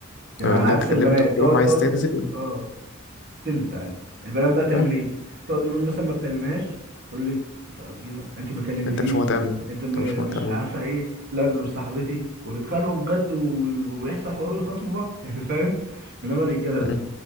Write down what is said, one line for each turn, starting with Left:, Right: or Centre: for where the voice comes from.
Right: يعني
Left: اللي
Right: على عكس
Left: انت كلمته
Right: البنات
Left: في يوم
Right: تقعد
Left: عايز
Right: تقعد
Left: تنزل
Right: اه تنزل عادي البنات بقى تعمل
Left: اه
Right: ايه تقعد يومين مثلا ما تكلمهاش تقول لك انت انت كده- أنت ما كلمتنيش
Left: انت مش مهتم
Right: انت م-
Left: انت مش مهتم
Right: مش عارفه ايه لا انت مش صاحبتي ويتخانقوا بجد و- ويحصل حوار ويخصموا بعض <laughs> يعني فاهم انما الرجاله لا
Left: امم